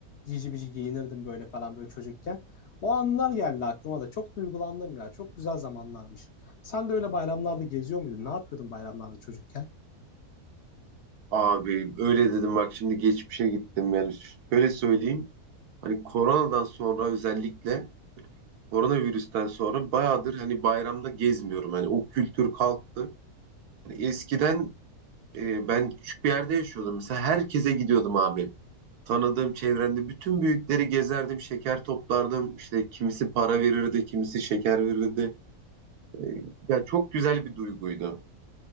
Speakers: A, on the left (about 55°); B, on the right (about 80°).
A: cici bici giyinirdim böyle falan böyle çocukken o anlar geldi aklıma da çok duygulandım ya çok güzel zamanlarmış sen de öyle bayramlarda geziyor muydun ne yapıyordun bayramlarda çocukken?
B: Abi öyle dedim bak şimdi geçmişe gittim yani şöyle söyleyeyim hani koronadan sonra özellikle koronavirüsten sonra bayağıdır hani bayramda gezmiyorum hani o kültür kalktı. Hani eskiden e, ben küçük bir yerde yaşıyordum mesela herkese gidiyordum abi tanıdığım çevrende bütün büyükleri gezerdim şeker toplardım işte kimisi para verirdi kimisi şeker verirdi E, ya çok güzel bir duyguydu.